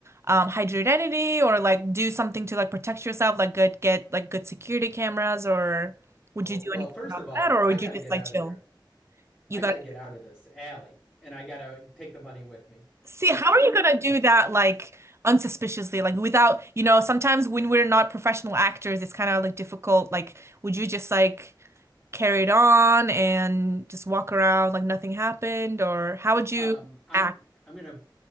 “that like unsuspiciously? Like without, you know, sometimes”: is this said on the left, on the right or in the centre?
Right